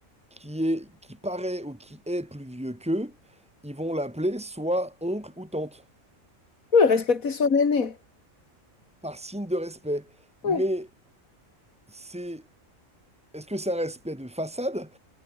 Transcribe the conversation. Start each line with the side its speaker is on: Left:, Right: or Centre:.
Centre: qui est, qui paraît ou qui est plus vieux qu'eux, ils vont l'appeler soit oncle ou tante,
Left: ouais, respecter son aîné.
Centre: par signe de respect.
Left: Ouais.
Centre: Mais c'est Est-ce que c'est un respect de façade